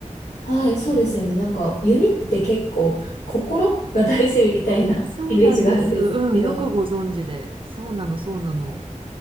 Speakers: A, on the left; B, on the right.
A: はい、そうですよね。
B: う。うんうん
A: なんか、弓って結構、心が大事みたいな
B: そうなんです。
A: <laughs> イメージがあるんですけど、
B: うん。よくご存知で。そうなの、そうなの。